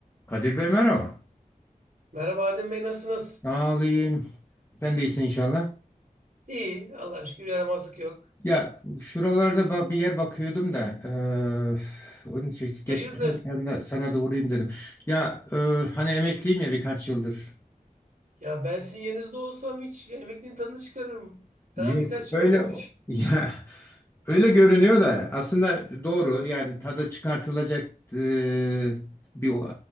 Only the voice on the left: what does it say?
Kadir Bey merhaba.
Sağ olayım. Sen de iyisin inşallah.
Ya şuralarda ba- bir yer bakıyordum da eee, onun için
geçen sana da uğrayayım dedim. Ya eee, hani emekliyim ya birkaç yıldır.
Yok
öyle
<laughs> ya öyle görünüyor da aslında doğru yani tadı çıkartılacak e, bir o-